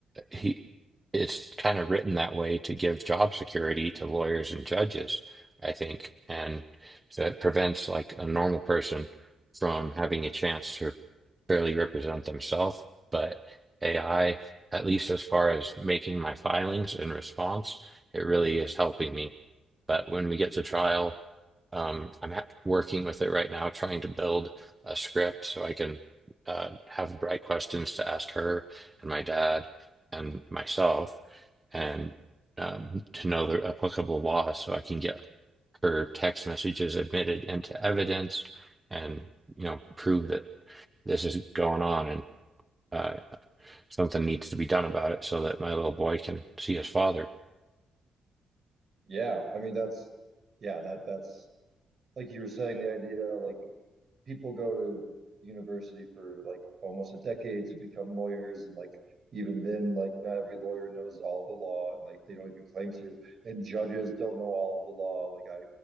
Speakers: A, on the right; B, on the right.
A: he it's kind of written that way to give job security to lawyers and judges, I think, and so it prevents like a normal person from having a chance to fairly represent themselves. But AI, at least as far as making my filings in response, it really is helping me. But when we get to trial, um, I'm ha working with it right now, trying to build a script so I can uh, have the right questions to ask her and my dad and myself and um, to know the applicable laws, so I can get her text messages admitted into evidence and you know prove that this is going on and uh, something needs to be done about it so that my little boy can see his father.
B: Yeah, I mean that's yeah that that's like you were saying the idea like people go to university for like almost a decade to become lawyers and like even then like not every lawyer knows all of the law and like they don't even claim to and judges don't know all of the law like I